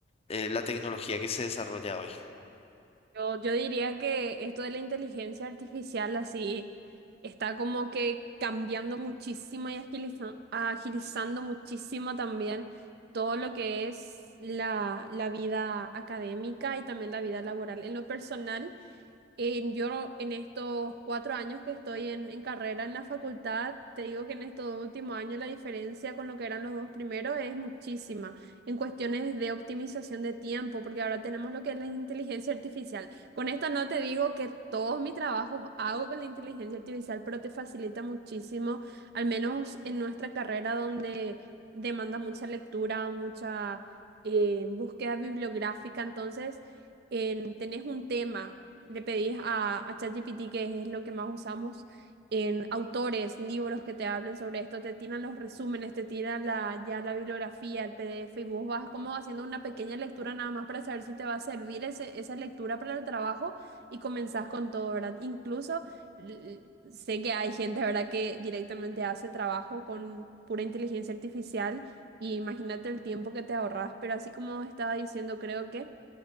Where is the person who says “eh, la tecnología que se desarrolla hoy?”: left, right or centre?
Left